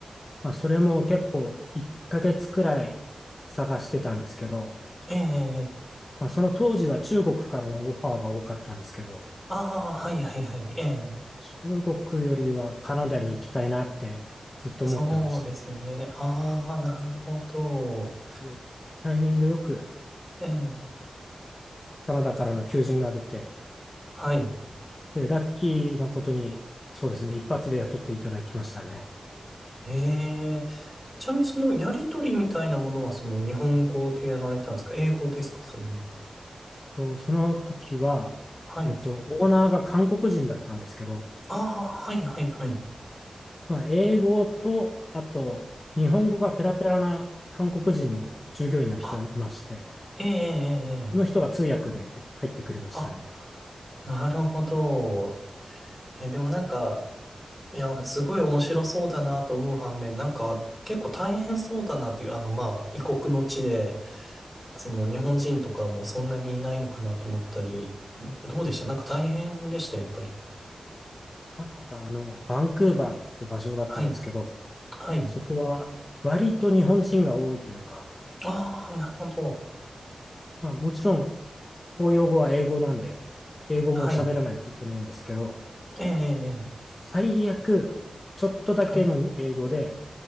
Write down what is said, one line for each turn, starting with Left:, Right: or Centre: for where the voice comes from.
Left: まあ、それも結構1ヶ月くらい探してたんですけど、
Centre: ええ、
Left: まあ、その当時は中国からのオファーが多かったんですけど、
Centre: ああ、はいはいはい。ええ、
Left: 中国よりはカナダに行きたいなってずっと思ってまして、
Centre: そうですよね。ああ、なるほど。
Left: でタイミングよく
Centre: ええ、
Left: カナダからの求人が出て、
Centre: はい。
Left: で、ラッキーなことに、そうですね、一発で雇っていただきましたね。
Centre: ええ、ちなみにそのやりとりみたいなものはその日本語でやられたんですか英語ですかそれも。
Left: と、その時は、
Centre: はい。
Left: えっと、オーナーが韓国人だったんですけど、
Centre: ああ、はいはいはい。
Left: まあ、英語と、あと、日本語がペラペラな韓国人の従業員の人がいまして、
Centre: あ、ええええええ
Left: その人が通訳で入ってくれましたね。
Centre: あ、なるほど。え、でもなんか、いや、すごい面白そうだなと思う反面、なんか、結構大変そうだなっていう、あの、まあ、異国の地で、その日本人とかもそんなにいないのかなと思ったり、んどうでしたなんか大変でした、やっぱり。
Left: カナダのバンクーバーって場所だったんですけど、
Centre: はい。はい。
Left: そこは割と日本人が多いというか、
Centre: ああ、なるほど。
Left: まあもちろん公用語は英語なんで、英語も喋らないといけないんですけど、
Centre: はい。ええええええ
Left: 最悪ちょっとだけの英語で、
Centre: はい。